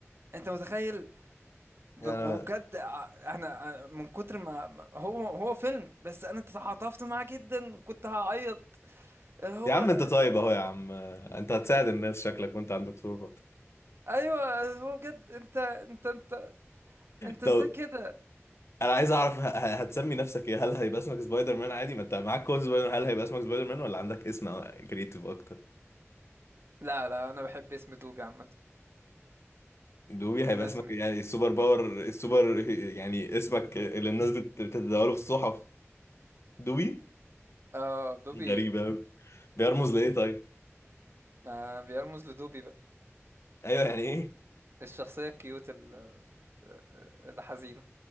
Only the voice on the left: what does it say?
انا
يا عم انت طيب اهو يا عم انت هتساعد الناس شكلك وانت عندك سوبر
طب
انا عايز اعرف ه- ه- هتسمي نفسك ايه هل هيبقى اسمك سبايدر مان عادي ما انت معاك كود سبايدر مان هل هيبقى اسمك سبايدر مان ولا عندك اسم كريتيف اكتر
دوبي هيبقى
اسمك
يعني السوبر باور السوبر يعني اسمك اللي الناس بت- بتتداوله في الصحف دوبي
غريبة قوي بيرمز لايه طيب
ايوه يعني ايه